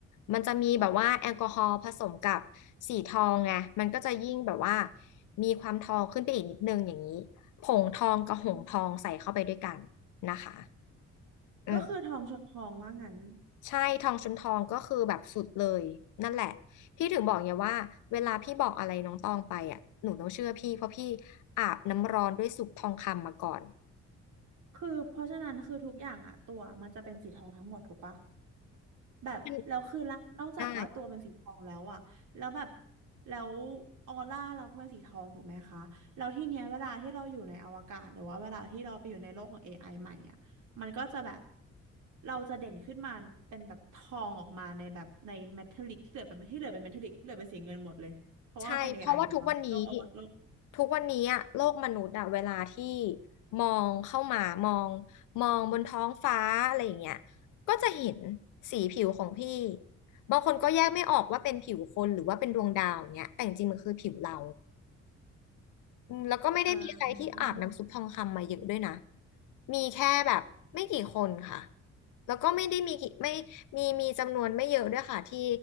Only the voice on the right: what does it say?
อืม
ก็คือทองชนทองว่างั้น
คือเพราะฉะนั้นคือทุกอย่างอะตัวมันจะเป็นสีทองทั้งหมดถูกปะ แบบแล้วคือละนอกจากว่าตัวเป็นสีทองแล้วอะแล้วแบบ
แล้วออร่าเราก็เป็นสีทองถูกไหมคะแล้วที่เนี้ยเวลาที่เราอยู่ในอวกาศหรือว่าเวลาที่เราไปอยู่ในโลกของ a อไอใหม่อะมันก็จะแบบเราจะเด่นขึ้นมาเป็นแบบทองออกมาในแบบในเมทัลลิกที่เหลือเป็นที่เหลือเป็นเมทัลลิกที่เหลือเป็นสีเงินหมดเลยเพราะว่าเป็น
AI ถูกปะโลกอวโลก
อ่า